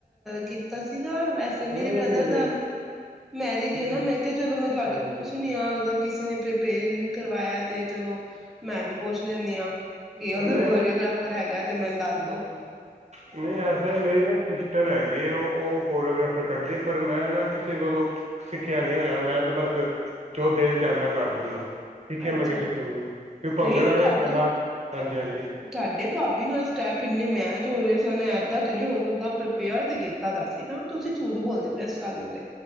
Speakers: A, in the centre; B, on the right (about 45°).
A: ਕੀਤਾ ਸੀਗਾ ਵੈਸੇ ਮੇਰੀ
B: ਨਹੀਂ
A: ਬ੍ਰਦਰ
B: ਨਹੀਂ ਨਹੀਂ
A: ਦਾ
B: ਕੋਈ
A: ਮੈਰਿਜ ਹੈ
B: ਨਹੀਂ
A: ਨਾ ਮੈਂ ਕਿਹਾ ਚਲੋ ਮੈਂ ਤੁਹਾਡੇ
B: ਹਾਂਜੀ
A: ਕੋਲ ਪੁੱਛਣੀ
B: ਹਾਂਜੀ
A: ਆਾਂ ਅਗਰ ਕਿਸੇ ਨੇ ਪ੍ਰਪੇ ਕਰਵਾਇਆ ਅਤੇ ਚਲੋ ਮੈਂ ਵੀ ਪੁੱਛ ਲੈਂਦੀ ਹਾਂ ਕਿ ਅਗਰ
B: ਨਹੀਂ
A: ਕੋਰੀਓਗ੍ਰਾਫਰ
B: ਨਹੀਂ
A: ਹੈਗਾ ਤੇ ਮੈਨੂੰ ਦੱਸ ਦੋ
B: ਨਹੀਂ ਐਸਾ ਮੇਰੀ ਨਾ ਸਿਸਟਰ ਹੈਗੀ ਹੈਗੇ ਉਹ ਉਹ ਕੋਰੀਓਗ੍ਰਾਫਰ ਕਰਦੇ ਪਰ ਮੈਂ ਨਾ ਕਿਸੇ ਕੋਲੋਂ ਸਿੱਖਿਆ ਨੀ ਹੋਇਆ ਮੈਂ ਤਾਂ ਬਸ ਜੋ ਦਿਲ ਚਾਂਦਾ ਕਰ ਦਿੰਦਾ ਸਿੱਖਿਆ
A: ਅੱਛਾ
B: ਮੈਂ ਕਿਸੇ ਕੋਲ ਨੂੰ ਕਿ ਭੰਗੜਾ
A: ਨਹੀਂ
B: ਨੇ
A: ਤੁਹਾਡੇ
B: ਕਲਾ ਹਾਂਜੀ ਹਾਂਜੀ
A: ਤੁਹਾਡੇ ਭਾਬੀ ਨਾਲ ਸਟੈਪ ਇੰਨੇ ਮਹਿਜ ਹੋ ਰਹੇ ਕਿਸ ਨੇ ਇੱਦਾਂ ਤਾਂ ਨਹੀਂ ਹੋ ਸਕਦਾ ਪ੍ਰੀਪੇਅਰ ਤਾਂ ਕੀਤਾ ਤਾਂ ਸੀ ਨਾ ਤੁਸੀਂ ਝੂਠ ਬੋਲਦੇ ਪਏ ਇਸ ਗੱਲ ਨੂੰ ਤਾਂ